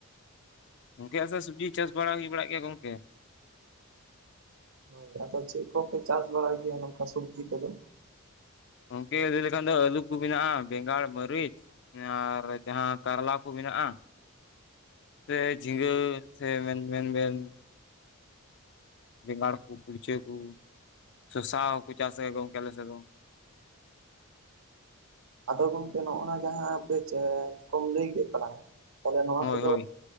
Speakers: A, on the left (about 50°); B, on the right (about 65°).
A: ᱜᱚᱢᱠᱮ ᱟᱞᱮ ᱥᱮ ᱥᱚᱵᱽᱡᱤ ᱪᱟᱥ ᱵᱟᱲᱟ ᱦᱩᱭ ᱵᱟᱲᱟᱜ ᱜᱮᱭᱟ ᱜᱚᱢᱠᱮ᱾
B: ᱦᱳᱭ ᱟᱫᱚ ᱪᱮᱫ ᱠᱚᱯᱮ ᱪᱟᱥ ᱵᱟᱲᱟᱭ ᱜᱮᱭᱟ ᱱᱚᱝᱠᱟ ᱥᱚᱵᱽᱡᱤ ᱠᱚᱫᱚ?
A: ᱜᱚᱢᱠᱮ ᱞᱟᱹᱭ ᱞᱮᱠᱷᱟᱱ ᱫᱚ ᱟᱹᱞᱩ ᱠᱚ ᱢᱮᱱᱟᱜᱼᱟ ᱵᱮᱸᱜᱟᱲ, ᱢᱟᱹᱨᱤᱪ ᱾ ᱟᱨ ᱡᱟᱦᱟᱸ ᱠᱟᱨᱞᱟ ᱠᱚ ᱢᱮᱱᱟᱜᱼᱟ ᱾ ᱥᱮ ᱡᱷᱤᱸᱜᱟᱹ ᱥᱮ ᱢᱮᱱᱢᱮᱱ ᱵᱮᱱ, ᱵᱮᱸᱜᱟᱲ ᱠᱚ ᱠᱩᱲᱪᱟᱹ ᱠᱚ ᱥᱚᱥᱟ ᱠᱚ ᱪᱟᱥᱟ ᱜᱚᱢᱠᱮ ᱟᱞᱮ ᱥᱮᱫ ᱫᱚ᱾
B: ᱟᱫᱚ ᱜᱚᱝᱠᱮ ᱱᱚᱜᱼ ᱱᱚᱣᱟ ᱡᱟᱦᱟᱸ ᱯᱮ ᱠᱚᱢ ᱞᱟᱹᱭ ᱠᱮᱫ ᱛᱟᱞᱟᱝᱟ ᱛᱟᱦᱚᱞᱮ ᱱᱚᱣᱟ
A: ᱦᱳᱭ
B: ᱠᱚ ᱫᱚ?
A: ᱦᱳᱭ